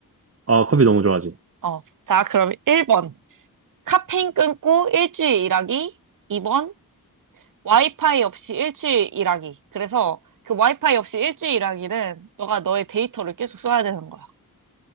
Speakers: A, on the right; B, on the right.
A: 아, 커피 너무 좋아하지.
B: 어. 자, 그럼 1번. 카페인 끊고 일주일 일하기. 2번. 와이파이 없이 일주일 일하기. 그래서 그 와이파이 없이 일주일 일하기는 너가 너의 데이터를 계속 써야 되는 거야.